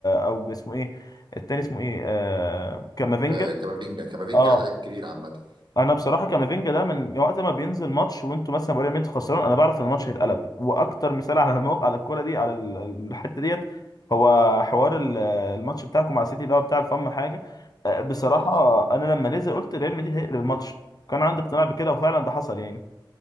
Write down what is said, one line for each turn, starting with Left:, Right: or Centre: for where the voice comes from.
Left: او باسمه ايه التاني اسمه ايه آه... كامافينجا
Right: آه كامافينجا كامافينجا
Left: اه
Right: لعيب كبير عامة
Left: انا بصراحه كامافينجا ده من وقت ما بينزل ماتش وانتوا مثلا بايرن ميونخ خسران انا بعرف ان الماتش هيتقلب واكتر مثال على الموقع على الكوره دي على ال- الحته ديت هو حوار ال- الماتش بتاعكم مع سيتي اللي هو بتاع الفم حاجه أه، بصراحه
Right: يا
Left: انا لما نزل قلت ريال مدريد هيقلب الماتش كان عندي اقتناع بكده وفعلا ده حصل يعني